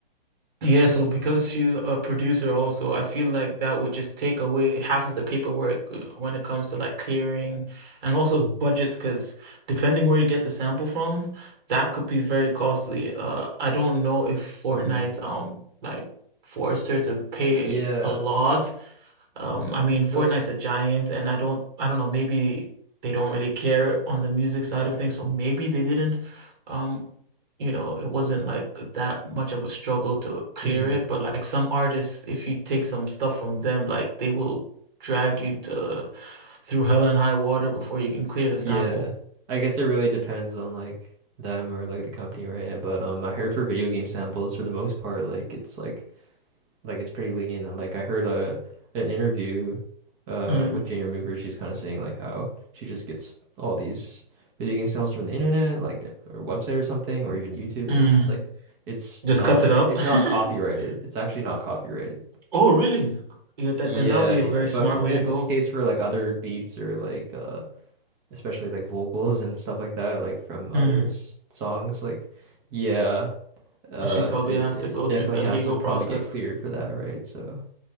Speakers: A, on the right; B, on the right.
A: Yeah, so because she's a producer also, I feel like that would just take away half of the paperwork uh, when it comes to like clearing and also budgets, because depending where you get the sample from, that could be very costly. Uh, I don't know if Fortnite
B: Mhm.
A: um like forced her to pay
B: yeah.
A: a lot um, I mean, Fortnite's
B: So,
A: a giant, and I don't, I don't know, maybe they don't really care on the music side of things, so maybe they didn't. Um, you know, it wasn't like that much of a struggle to clear
B: Mhm.
A: it, but like some artists, if you take some stuff from them, like they will drag you to through hell and high water before you can clear the
B: Yeah.
A: sample.
B: I guess it really depends on like them or like the company, right? But um I heard for video game samples for the most part, like it's like like it's pretty lenient and like I heard a an interview uh
A: Mm,
B: with Jane Remover, she's kinda saying like how she just gets all these video game samples from the internet, like or website or something, or even YouTube and
A: mm.
B: it's just like it's
A: Just
B: not
A: cuts it up.
B: it's not copyrighted.
A: <laughs>
B: It's actually not copyrighted.
A: Oh,
B: So
A: really? Yeah, that
B: yeah,
A: then that would be
B: yeah.
A: a very
B: But
A: smart
B: then
A: way to go.
B: in the case for like other beats or like uh especially like vocals and stuff like that, like from other
A: Hmm.
B: s- songs. Like, yeah, uh,
A: She'll probably
B: it,
A: have
B: it
A: to go
B: definitely
A: through the
B: has
A: legal
B: to probably
A: process.
B: get cleared for that, right? So,